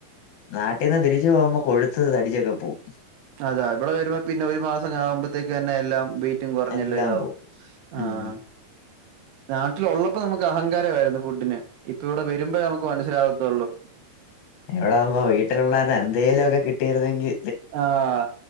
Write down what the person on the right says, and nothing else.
അതാ ഇവടെ വരുമ്പോ പിന്നെ ഒരു മാസം ആവുമ്പോത്തേക്ക് തന്നെ എല്ലാം വെ യ്റ്റും കൊറഞ്ഞെല്ലായിതാവും
ആഹ്
നാട്ടിലൊള്ളപ്പോ നമ്മക്ക് അഹങ്കാരവായിരുന്നു ഫുഡിന് ഇപ്പൊവിടെ വരുമ്പേ നമുക്ക് മനസ്സിലാവത്തൊള്ളൂ
ആഹാ